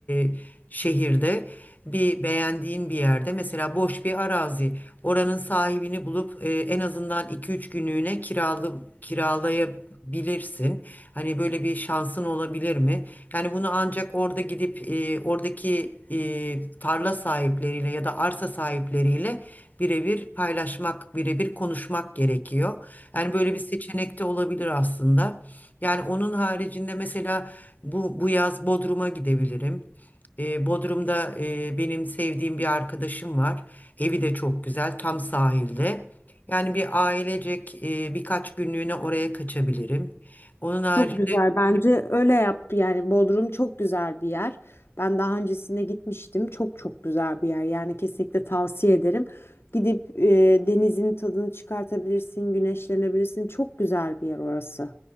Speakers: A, on the left; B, on the left.
A: e, şehirde, bir beğendiğin bir yerde mesela boş bir arazi, oranın sahibini bulup e, en azından iki üç günlüğüne kiralı kiralaya bilirsin. Hani böyle bir şansın olabilir mi? Yani bunu ancak orada gidip e, oradaki e, tarla sahipleriyle ya da arsa sahipleriyle birebir paylaşmak, birebir konuşmak gerekiyor. Yani böyle bir seçenek de olabilir aslında. Yani onun haricinde mesela bu bu yaz Bodrum'a gidebilirim. E, Bodrum'da e, benim sevdiğim bir arkadaşım var. Evi de çok güzel, tam sahilde. Yani bir ailecek e, birkaç günlüğüne oraya kaçabilirim. Onun haricinde
B: Çok güzel bence öyle yaptı yani Bodrum çok güzel bir yer. Ben daha öncesinde gitmiştim. Çok çok güzel bir yer. Yani kesinlikle tavsiye ederim. Gidip e, denizin tadını çıkartabilirsin, güneşlenebilirsin. Çok güzel bir yer orası.